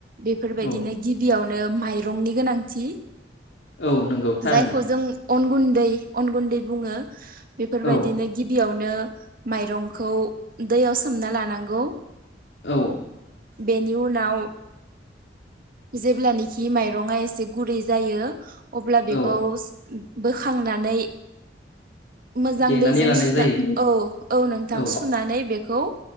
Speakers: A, on the right; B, on the left.
A: बेफोरबायदिनो
B: औ
A: गिबियावनो माइरंनि गोनांथि
B: औ नंगौ थारैनो
A: जायखौ जों अन गुन्दै अन गुन्दै बुङो बेफोरबायदिनो
B: औ
A: गिबियावनो माइरंखौ दैयाव सोमना लांगौ
B: औ
A: बेनि उनाव जेब्लानाखि माइरङा एसे गुरै जायो अब्ला
B: औ
A: बेखौ बोखांनानै मोजां
B: देनानै
A: दैजों
B: लानाय
A: सुना
B: जायो
A: औ औ नोंथां
B: औ
A: सुनानै बेखौ